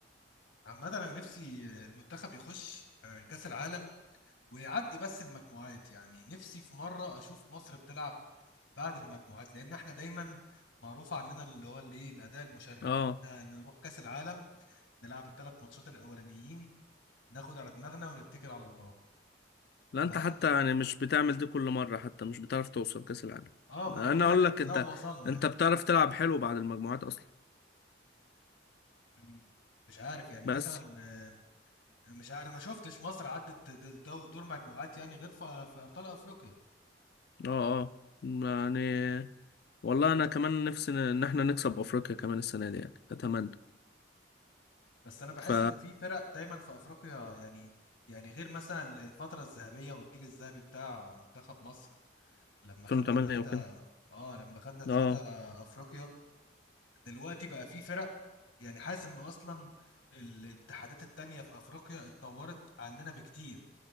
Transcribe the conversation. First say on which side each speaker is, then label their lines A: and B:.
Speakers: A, on the left; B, on the left.
A: عامة أنا نفسي المنتخب يخش آه، كأس العالم ويعدي بس المجموعات يعني نفسي في مرة أشوف مصر بتلعب بعد المجموعات لأن إحنا دايما معروف عننا اللي هو اللي إيه الأداء المشرف
B: اه
A: إن إحنا نروح كأس العالم نلعب الثلاث ماتشات الأولانيين ناخد على دماغنا ونتكل على الله
B: لا انت
A: مع
B: حتى يعني مش بتعمل دي كل مرة حتى مش بتعرف توصل كأس العالم
A: آه
B: انا
A: ما أنا بقول
B: اقول
A: لك
B: لك
A: لو
B: انت
A: وصلنا
B: انت
A: يعني
B: بتعرف تلعب حلو بعد المجموعات اصلا
A: مم. مش عارف يعني
B: بس
A: مثلا آه، مش عارف أنا ما شفتش مصر عدت د- دو- دور مجموعات يعني غير في في أبطال أفريقيا
B: اه اه يعني والله انا كمان نفسي ان إن احنا نكسب افريقيا كمان السنة دي يعني اتمنى
A: بس انا بحس
B: ف
A: ان في فرق دايما في افريقيا يعني يعني غير مثلا الفتره الذهبيه والجيل الذهبي بتاع منتخب مصر لما
B: 2008
A: خدنا ثلاثه
B: وكده
A: اه لما خدنا ثلاثه
B: اه
A: افريقيا دلوقتي بقى في فرق يعني حاسس ان اصلا الاتحادات التانية في افريقيا اتطورت عننا بكتير